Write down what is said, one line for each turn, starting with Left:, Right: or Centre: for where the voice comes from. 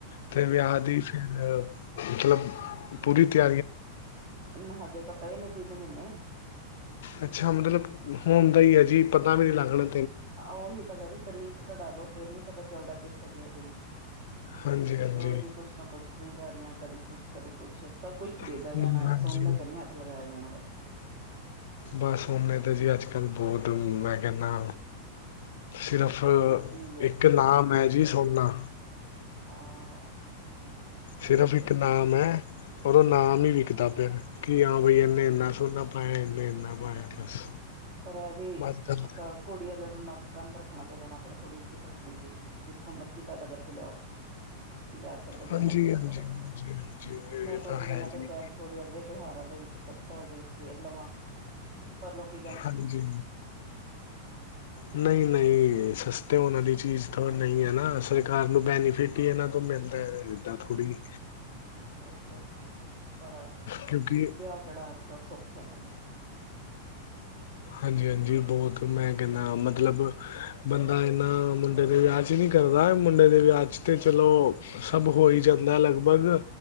Left: ਤੇ ਵਿਆਹ ਦੀ ਫ਼ਿਰ ਮੱਤਲਬ ਪੂਰੀ ਤਿਆਰੀ।
Right: ਨਾ ਹਜੇ ਤਾਂ ਪਏ ਨੇਂ ਤਿੰਨ ਮਹੀਨੇਂ।
Left: ਅੱਛਾ ਮੱਤਲਬ ਹੁਣ ਦਾ ਹੀ ਹੈ ਜੀ ਪਤਾ ਵੀ ਨੀਂ ਲੱਗਣਾਂ।
Right: ਉਹੀ ਤਾਂ ਕਹਿਦੇ ਤਰੀਕ ਕਢਾ ਦੋ ਫ਼ਿਰ ਨੀ ਪਤਾ ਚੱਲਦਾ ਕਿੱਥੇ ਗਏ ਦਿਨ।
Left: ਹਾਂਜੀ। ਹਾਂਜੀ
Right: ਰੋਜ਼ ਹੀ ਕੁੱਛ ਨਾ ਕੁੱਛ ਖਰੀਦਦਾਰੀਆ ਕਦੀ ਕੁੱਛ ਕਦੀ ਕੁੱਛ ਸਭ ਕੁੱਛ ਖ਼ਰੀਦਿਆ
Left: ਹਮ,
Right: ਜਾਣਾਂ ਹੈਂ
Left: ਹਾਂਜੀ
Right: ਸੋਨੇ ਕਨੀ ਹੱਥ ਲਗਾਇਆਂ ਜਾਣਾਂ ਬਸ।
Left: ਬਸ ਸੌਨੇ ਤਾਂ ਜੀ ਅੱਜ਼ ਕੱਲ੍ਹ ਬਹੁਤ ਮੈਂ ਕਹਿੰਦਾਂ ਸਿਰਫ਼
Right: ਅੱਗ ਲੱਗੀ ਹੀ ਹੈ
Left: ਇੱਕ ਨਾਂਮ ਹੈ ਜੀ ਸੋਨਾ।
Right: ਹਾਂ।
Left: ਸਿਰਫ਼ ਇੱਕ ਨਾਮ ਹੈਂ ਔਰ ਉਹ ਨਾਮ ਹੀ ਵਿੱਕਦਾ ਪਿਆ ਕਿ ਹਾਂ ਬਈ ਇਹਨੇ ਇੰਨਾਂ ਸੋਨਾ ਪਾਇਆਂ ਮ ਇੰਨੇਂ ਏਨਾਂ ਪਾਇਆਂ ਬਸ।
Right: ਪਰ ਇਹ ਵੀ
Left: ਅੱਜ ਕੱਲ
Right: ਅ ਕੁੜੀ ਵਾਲਿਆਂ ਨੂੰ ਨੱਕ ਕੰਨ ਤਾਂ ਰੱਖਣਾ ਪਏਗਾ ਨਾ ਆਪਣਾਂ ਥੋੜ੍ਹੀ ਇੱਜ਼ਤ ਰੱਖਣੀ ਪਏਗੀ। ਜਿੱਥੋਂ ਮਰਜ਼ੀ ਪੈਦਾ ਕਰਕੇ ਲਿਆਓ। ਲਿਆ ਕੇ ਤਾਂ ਦੇਣਾ
Left: ਹਾਂਜੀ
Right: ਹੀ ਪਏਗਾ
Left: ਹਾਂਜੀ
Right: ਥੋੜਾ ਬਹੁਤਾ
Left: ਹਾਂਜੀ ਹਾਂਜੀ ਇਹ
Right: ਮੈਂ ਸੋਚ
Left: ਤਾਂ
Right: ਰਹੀ
Left: ਹੈ
Right: ਮੈਂ ਕਿਹਾ
Left: ਜੀ
Right: ਸ਼ਾਇਦ। ਥੋੜ੍ਹੇ ਅੱਗੇ ਤਿਉਹਾਰਾਂ ਦੇ ਵਿੱਚ ਸਸਤਾ ਹੋਜੇ ਫ਼ਿਰ ਲਵਾਂ ਪਰ ਲੋਕੀਂ ਕਹਿੰਦੇ।
Left: ਹਾਂਜੀ ਨਹੀਂ ਨਹੀਂ ਇਹ ਸਸਤੇ ਹੋਣ ਵਾਲੀ ਚੀਜ਼ ਤੇ ਨਹੀਂ ਹੈ ਨਾ ਸਰਕਾਰ ਨੂੰ ਬੈਨੀਫਿਟ ਹੀ ਇਹਨਾਂ ਤੋਂ ਮਿਲ਼ਦਾ। ਇਦਾ ਥੋੜ੍ਹੀ।
Right: ਉਹੀ ਤੇ। ਬੜਾ
Left: ਕਿਉਂਕਿ
Right: ਵਿਆਹ ਕਿਹੜਾ ਅੱਜ਼ ਕੱਲ੍ਹ ਸੌਖੇ ਨੇਂ ਤੇ।
Left: ਹਾਂਜੀ ਹਾਂਜੀ ਬਹੁਤ ਮੈਂ ਕਹਿੰਦਾਂ ਮੱਤਲਬ। ਬੰਦਾਂ ਇੰਨਾਂ ਮੁੰਡੇ ਦੇ ਵਿਆਹ ਚ ਨੀਂ ਕਰਦਾਂ ਮੁੰਡੇ ਦੇ ਵਿਆਹ ਚ ਤੇ ਚਲੋਂ। ਸਭ ਹੋ ਹੀ ਜਾਂਦਾ ਲੱਗਭਗ